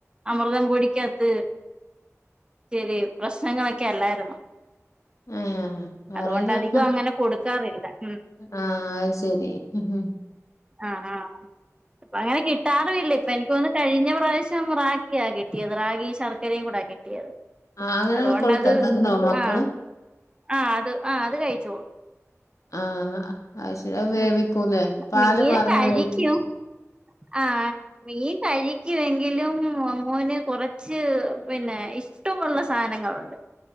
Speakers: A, on the right (about 20°); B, on the left (about 75°).
A: അമൃതം പൊടിക്കകത്ത് ചെറിയേ പ്രശ്നങ്ങളൊക്കെ അല്ലായിരുന്നോ
B: ഉം
A: അതുകൊണ്ട്
B: അറിയില്ല
A: അധികം
B: ഹ്
A: അങ്ങനെ കൊടുക്കാറില്ല ഉം
B: ആ അത് ശരി ഉം.
A: ആ ആ ഇപ്പ അങ്ങനെ കിട്ടാറുഇല്ല ഇപ്പ എനിക്ക്തോന്നാ കഴിഞ്ഞ പ്രാവശ്യം റാഗി ക്ക്യാ കിട്ടിയത് റാഗി ശർക്കരയും കൂടാ കിട്ടിയത്
B: ആഹ് അങ്ങനെ
A: അതുകൊണ്ടത്
B: കൊടുത്താ തിന്നോ മക്കള്
A: ആഹ് ആഹ് അത് ആഹ് അത് കഴിച്ചു
B: ആഹ് അത് ശരി അത് വേവിക്കൂലേ
A: ഉം <unintelligible>
B: പാല് പാർന്ന്
A: കഴിക്കും
B: വേവിക്കും
A: ആഹ് മീൻ കഴിക്കുവെങ്കിലും മോമോന് കൊറച്ച് പിന്നെ ഇഷ്ടമുള്ള സാധനങ്ങളുണ്ട്